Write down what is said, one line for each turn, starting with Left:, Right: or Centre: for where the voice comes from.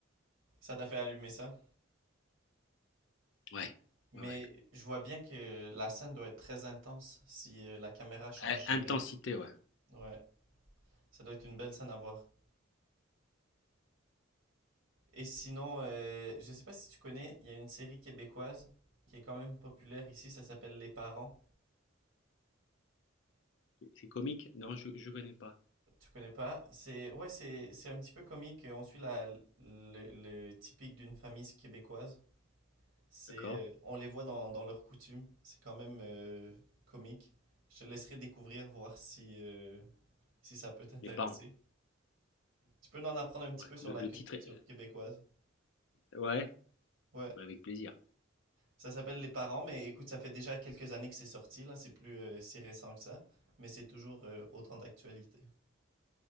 Right: Ça t'a fait allumer ça.
Left: Ouais,
Right: Mais
Left: ouais, ouais.
Right: je vois bien que la scène doit être très intense si euh, la caméra change
Left: Euh,
Right: jamais.
Left: Intensité, ouais.
Right: Ouais, ça doit être une belle scène à voir. Et sinon, euh, je sais pas si tu connais, il y a une série québécoise qui est quand même populaire ici, ça s'appelle Les Parents.
Left: C'est c'est comique? Non, je je connais pas.
Right: Tu connais pas? C'est ouais, c'est c'est un petit peu comique, on suit la le, le typique d'une famille québécoise. C'est
Left: D'accord.
Right: euh, on les voit dans dans leurs coutumes, c'est quand même euh, comique. Je te laisserai découvrir voir si euh, si ça peut t'intéresser.
Left: Les parents.
Right: Tu peux en apprendre un petit
Left: Ouais.
Right: peu sur
Left: Le,
Right: la
Left: le
Right: culture
Left: titre est...
Right: québécoise.
Left: Ouais,
Right: Ouais.
Left: bah, avec plaisir.
Right: Ça s'appelle Les Parents, mais écoute, ça fait déjà quelques années que c'est sorti, là, c'est plus euh, si récent que ça, mais c'est toujours euh, autant d'actualité.